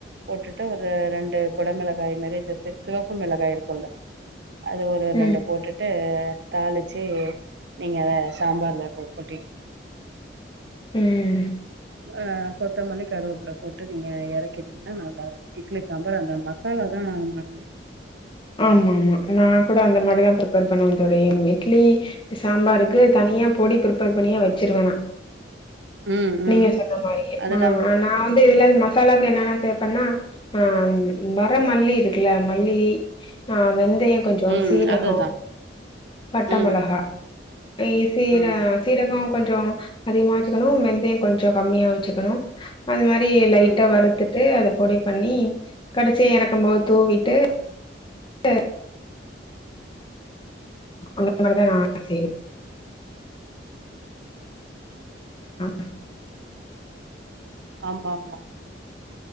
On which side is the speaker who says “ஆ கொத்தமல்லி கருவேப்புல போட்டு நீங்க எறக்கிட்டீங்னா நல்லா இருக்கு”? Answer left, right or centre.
Right